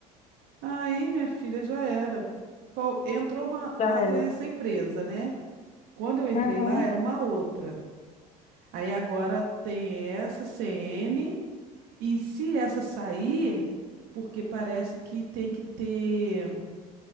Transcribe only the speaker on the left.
Já
é.
Uhum,